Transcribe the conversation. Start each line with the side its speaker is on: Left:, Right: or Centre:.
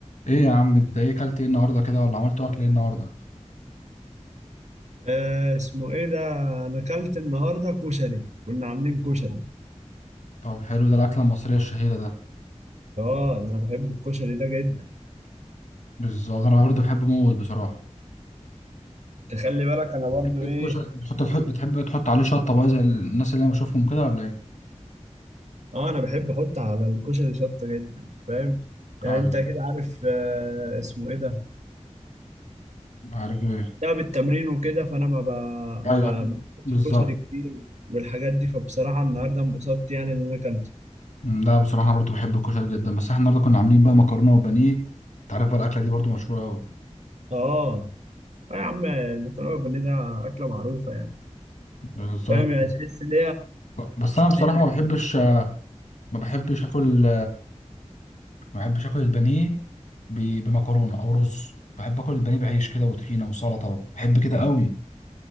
Left: ايه يا عم انت ايه كلت ايه النهارده كده ولا عملت اكل ايه النهارده
Right: آه اسمه ايه ده انا اكلت النهارده كشري كنا عاملين كشري
Left: طب حلو ده الاكله المصريه الشهيره ده
Right: اه ده انا بحب الكشري ده جدا
Left: بالظبط انا برضه بحبه موت بصراحه
Right: تخلي بالك انا برضو
Left: بتحب الكشري
Right: ايه
Left: بتحط الح- بتحب تحط عليه شطه بقى زي الناس اللي انا بشوفهم كده ولا ايه
Right: اه انا بحب احط على الكشري شطه جدا فاهم يعني
Left: ايوه
Right: انت كده عارف آه اسمه ايه ده
Left: عارف ايه
Right: بسبب التمرين وكده فانا ما ب... ما
Left: ايوه أكيد.
Right: ب- باكلش
Left: بالظبط
Right: كشري كتير والحاجات دي فبصراحه النهارده انبسطت يعني ان انا اكلته
Left: أمم، لا بصراحه انا برضه بحب الكشري جدا بس احنا النهارده كنا عاملين بقى مكرونه وبانيه انت عارف بقى الاكله دي برضه مشهوره قوي
Right: اه اه يا عم المكرونه البانيه ده اكله معروفه يعني
Left: بالظبط
Right: فاهم يعني تحس ان
Left: بس انا بصراحه
Right: هي
Left: ما بحبش ما بحبش اكل ما بحبش اكل البانيه ب- بمكرونه او رز بحب اكل البانيه بعيش كده وطحينه وسلطه بحب كده قوي